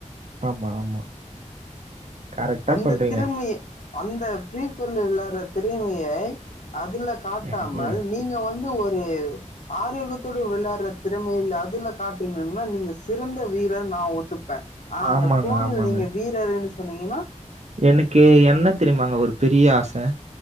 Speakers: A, on the right; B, on the left.
A: ஆமா, ஆமா. கரெக்ட்டா
B: அந்த
A: சொல்றீங்க.
B: திருமி அந்த பீபர்ல விளையாடுற திருமியை அதுல காட்டாமல்
A: ம், ம்.
B: நீங்க வந்து வந்து ஒரு ஆரோக்கியத்தோடு வெளயாடுற திறமையில அதுல காட்டினன்னா நீங்க சிறந்த வீரர் நான் ஒத்துப்பேன் ஆனா
A: ஆமாங்க
B: அந்த போனில்
A: ஆமாங்க
B: நீங்க வீரர் சொன்னிங்கனா
A: எனக்கு என்ன தெரியுமாங்க ஒரு பெரிய ஆச